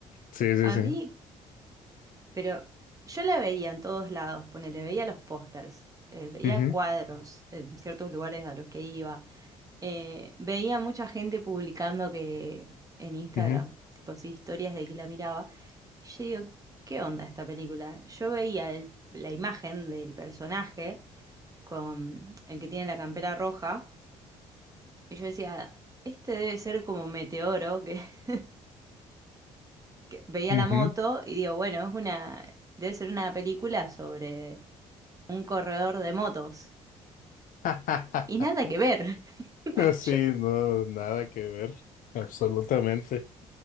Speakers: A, on the left; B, on the right.
A: Sí, sí,
B: A
A: sí.
B: mí Pero yo la veía en todos lados, ponele, veía los pósters, eh, veía
A: Ujú,
B: cuadros en ciertos lugares a los que iba, eh, veía mucha gente publicando que en Instagram,
A: ujú,
B: tipo así, historias de que la miraba. Yo digo, ¿qué onda esta película? Yo veía el- la imagen del personaje con el que tiene la campera roja y yo decía, este debe ser como meteoro que, <laughs> que veía
A: ujú.
B: la moto y digo, bueno, es una, debe ser una película sobre un corredor de motos.
A: <laughs>
B: Y nada que ver. <laughs>
A: Sí,
B: Yo,
A: no, nada que ver, absolutamente.